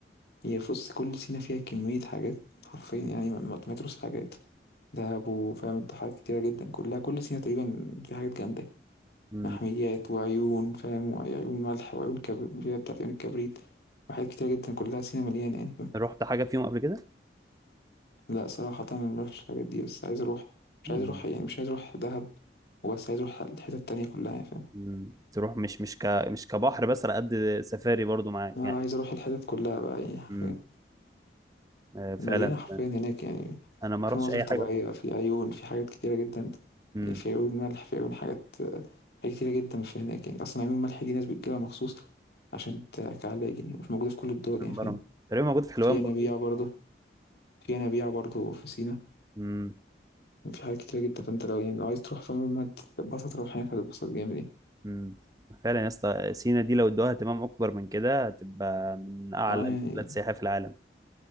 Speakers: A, on the left (about 60°); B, on the right (about 20°).
A: هي بص كل سينا فيها كمية حاجات حرفيا يعني ما ما تمتروش حاجات دهب وفاهم انت حاجات كتيرة جدا كلها كل سينا تقريبا في حاجات جامدة
B: مم.
A: محميات وعيون فاهم وعيون ملح وعيون كبريت بتاعت عيون الكبريت وحاجات كتيرة جدا كلها سينا مليانة يعني فاهم
B: رحت حاجه فيهم قبل كده
A: لا صراحة أنا مروحتش الحاجات دي بس عايز أروح مش
B: مم.
A: عايز أروح يعني مش عايز أروح دهب وبس عايز أروح الحتت التانية كلها يعني فاهم
B: مم. تروح مش مش ك مش كبحر بس على قد سفاري برضو معاك
A: أنا
B: يعني
A: عايز أروح الحتت كلها بقى يعني
B: مم. آه فعلا
A: مليانة حرفيا هناك يعني
B: انا ما
A: في
B: رحتش
A: مناظر
B: اي
A: طبيعية
B: حاجه
A: في عيون في حاجات كتيرة جدا
B: مم.
A: في عيون ملح في عيون حاجات حاجات كتيرة جدا في هناك يعني أصلا عيون الملح دي ناس بتجيلها مخصوص عشان ت- كعلاج يعني مش موجودة في كل الدول
B: من
A: يعني فاهم
B: بره تقريبا موجود في حلوان
A: في ينابيع
B: برضو
A: برضه في ينابيع برضه في سينا
B: مم.
A: في حاجات كتيرة جدا فأنت لو يعني لو عايز تروح فاهم ما تتبسط تروح هناك هتتبسط جامد يعني
B: مم. فعلا يا اسطى سينا دي لو ادوها اهتمام اكبر من كده هتبقى من اعلى
A: اه يعني
B: البلاد سياحه في العالم